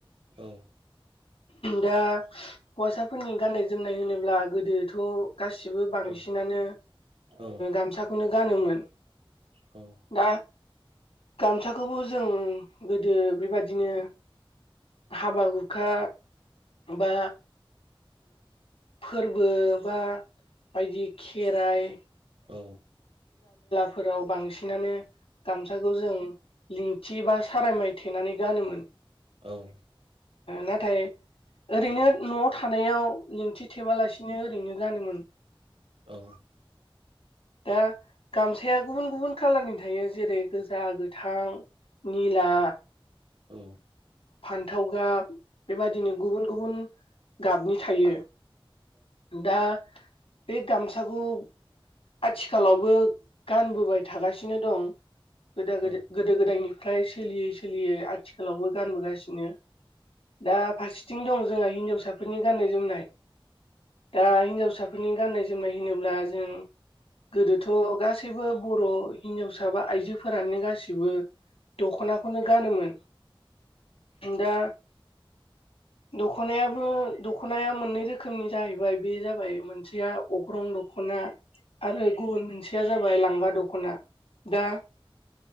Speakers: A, on the right; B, on the left.
A: औ
B: दा हौवासाफोरनि गाननाय जोमनाय होनोब्ला गोदोथ' गासिबो बांसिनानो
A: औ औ
B: गामसाखौनो गानोमोन
A: औ
B: दा गामसाखौबो जों गोदो बेबादिनो हाबा-हुखा बा फोरबो बा बायदि खेराइ
A: औ
B: फोराव बांसिनानो गामसाखौ जों लिंथि बा सारायमाइ थेबनानै गानोमोन
A: औ
B: नाथाय ओरैनो न'आव थानायाव लिंथि थेबालासिनो ओरैनो गानोमोन
A: औ
B: दा गामसाया गुबुन गुबुन खालारनि थायो जेरै गोजा, गोथां, निला
A: औ
B: फान्थाव गाब बेबादिनो गुबुन गुबुन गाबनि थायो दा बे गामसाखौ आथिखालावबो गानबोबाय थागासिनो दं गो गोदो
A: औ
B: गोदो गोदायनिफ्राय सोलियै सोलियै आथिखालावबो गानबोगासिनो दा फारसेथिं दं जोंहा हिनजावसाफोरनि गाननाय-जोमनाय दा हिनजावसाफोरनि गाननाय जोमनाय होनोब्ला जों गोदोथ' गासै गासैबो बर' हिनजावसा बा आइजोफोरानो गासिबो दख'नाखौनो गानोमोन दा दख'नायाबो दख'नाया मोननै रोखोमनि जाहैबाय बे जाबाय मोनसेया अग्रं दख'ना आरो गुबुन मोनसे मोनसेया जाबाय लांगा दख'ना दा